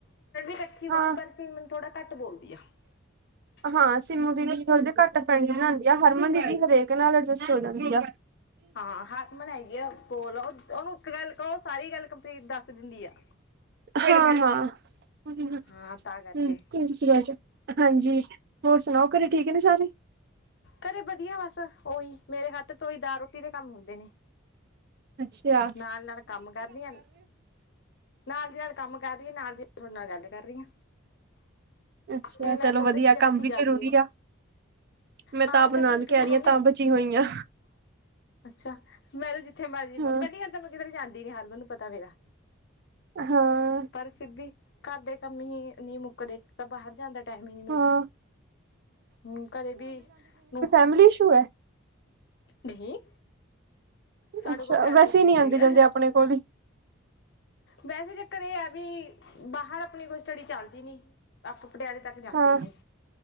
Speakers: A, on the left (about 55°); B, on the right (about 50°).
A: ਕੱਠੀ ਓ
B: ਹਾਂ
A: ਆ, ਪਰ ਸਿਮਰਨ ਥੋੜ੍ਹਾ ਘੱਟ ਬੋਲਦੀ ਆ। <inaudible>
B: ਹਾਂ, ਸਿੰਮੂ ਦੀਦੀ ਥੋੜਾ ਜਾ ਘੱਟ ਫਰੈਂਡਜ਼ ਬਣਾਂਦੀ ਆ, ਹਰਮਨ ਦੀਦੀ ਹਰੇਕ ਨਾਲ ਅਡਜਸਟ ਹੋ ਜਾਂਦੀ ਆ।
A: ਹਾਂ, ਹਰਮਨ ਹੈਗੀ ਆ ਕੋਲ, ਓ ਓਹਨੂੰ ਇੱਕ ਗੱਲ ਕਹੋ ਸਾਰੀ ਗੱਲ ਕੰਪਲੀਟ ਦੱਸ ਦਿੰਦੀ ਆ।
B: ਹਾਂ-ਹਾਂ, ਹ
A: ਹਾਂ ਤਾਂ
B: <unintelligible>
A: ਕਰਕੇ
B: ਬਹਿ ਜਾ ਹਾਂਜੀ, ਹੋਰ ਸੁਣਾਓ ਘਰੇ ਠੀਕ ਨੇ ਸਾਰੇ।
A: ਘਰੇ ਵਧੀਆ ਬਸ ਓਹੀ, ਮੇਰੇ ਖਾਤੇ ਤੋ ਉਹੀ ਦਾਲ ਰੋਟੀ ਦੇ ਕੰਮ ਹੁੰਦੇ ਨੇ।
B: ਅੱਛਿਆ।
A: ਨਾਲ-ਨਾਲ ਕੰਮ ਕਰਦੀ ਆਂ ਨਾਲ ਦੀ ਨਾਲ ਕੰਮ ਕਰ ਰਈ ਆਂ, ਨਾਲ ਦੀ ਨਾਲ ਤੁਹਾਡੇ ਨਾਲ ਗੱਲ ਕਰ ਰਈ ਆਂ।
B: ਹੋ ਅੱਛਾ
A: ਮੇਰੇ ਨਾਲ
B: ਚਲੋ
A: ਦੋਨੇ
B: ਵਧੀਆ
A: ਚੀਜ਼ਾਂ ਕੱਠੀ
B: ਕੰਮ ਵੀ
A: ਚੱਲਦੀਆਂ
B: ਜ਼ਰੂਰੀ
A: ਨੇ।
B: ਆ ਮੈਂ
A: ਹਾਂ,
B: ਤਾਂ ਆਪ
A: ਫਿਰ
B: ਨਾਨਕੇ
A: ਹੁਣ ਕਦੀ
B: ਆ ਰਹੀ
A: ਮੰਮੀ
B: ਹਾਂ ਤਾਂ ਬਚੀ ਹੋਈ ਹਾਂ
A: ਅੱਛਾ, ਮੈਂ ਤਾਂ ਜਿੱਥੇ ਮਰਜ਼ੀ ਬਵਾਂ,
B: ਹਾਂ
A: ਪਹਿਲੀ ਗੱਲ ਤਾਂ ਮੈਂ ਕਿਧਰੇ ਜਾਂਦੀ ਨੀ ਹਰਮਨ ਨੂੰ ਪਤਾ ਮੇਰਾ।
B: ਹਾਂ।
A: ਪਰ ਸਿੱਬੀ, ਘਰ ਦੇ ਕੰਮ ਹੀ ਨਹੀਂ ਮੁੱਕ ਕਦੇ ਤਾਂ ਬਾਹਰ ਜਾਣ ਦਾ ਟੈਮ ਹੀ ਨੀ ਮਿਲਦਾ,
B: ਹਾਂ
A: ਹੂੰ ਕਦੇ ਵੀ ਨੂੰ
B: ਫੈਮਲੀ ਇਸ਼ੂ ਐ।
A: ਨਹੀਂ। ਸਾਡੇ
B: ਅੱਛਾ
A: ਕੋਲ ਫੈਮਲੀ
B: ਵੈਸੇ ਨੀ
A: ਨਹੀਂ
B: ਆਂਦੇ
A: ਹੈਗਾ।
B: ਜਾਂਦੇ ਆਪਣੇ ਕੋਲ ਹੀ
A: ਵੈਸੇ ਚੱਕਰ ਇਹ ਆ ਵੀ, ਬਾਹਰ ਆਪਣੀ ਕੋਈ ਸਟੱਡੀ ਚੱਲਦੀ ਨੀ। ਆਪਾਂ ਪਟਿਆਲੇ ਤੱਕ ਜਾਂਦੇ
B: ਹਾਂ।
A: ਹੀ ਨੀ,